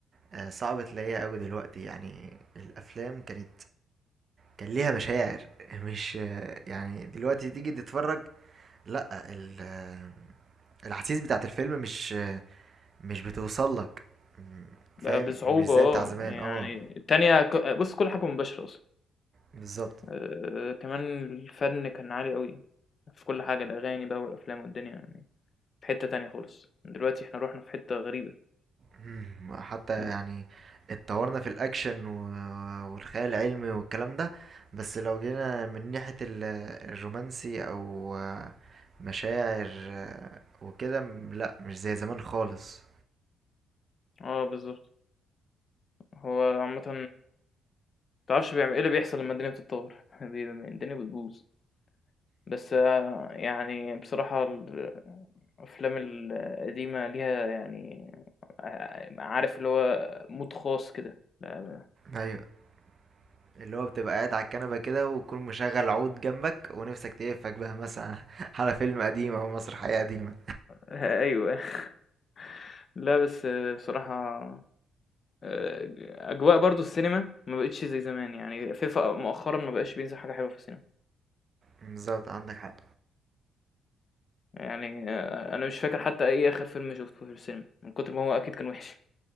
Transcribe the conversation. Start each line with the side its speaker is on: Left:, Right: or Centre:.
Right: آه، صعب تلاقيها قوي دلوقتي يعني الافلام كانت كان ليها مشاعر <laughs> مش آه، يعني دلوقتي تيجي تتفرج لا ال- آه، الاحاسيس بتاعت الفيلم مش مش بتوصل لك فاهم
Left: ب بصعوبة
Right: مش زي
Left: آه،
Right: بتاع زمان
Left: يعني
Right: اه
Left: التانية ك بُص كل حاجة مباشرة أصلًا،
Right: بالظبط
Left: آآ، كمان الفن كان عالي أوي في كل حاجة، الأغاني بقى والأفلام والدنيا يعني في حتة تانية خالص، دلوقتي إحنا رُحنا في حتة غريبة،
Right: مم، حتى يعني
Left: إمم.
Right: اتطورنا في الاكشن و- والخيال العلمي والكلام ده بس لو جينا من ناحية ال- الرومانسي او آه، مشاعر آه، وكده م- لا مش زي زمان خالص
Left: آه بالضبط، هو عامةً تعرفش بيعمل ايه اللي بيحصل لما الدنيا بتتطور <laughs> بي- الدنيا بتبوظ بس آه، يعني بصراحة ال- الأفلام القديمة ليها يعني آه، عارف اللي هو مود خاص كده لا-
Right: ايوه اللي هو بتبقى قاعد على الكنبة كده وتكون مشغل عود جنبك ونفسك تقفك بقى مثلا <laughs> على فيلم قديم او مسرحية قديمة
Left: آه، أيوه <laughs> لا بس آه، بصراحة آه، أجواء برضو السينما ما بقتش زي زمان يعني فيفا مؤخرا ما بقاش بينزل حاجة حلوة في السينما
Right: بالظبط عندك حق
Left: يعني آه، أنا مش فاكر حتى أي آخر فيلم شفته في السينما من كتر ما هو أكيد كان وحش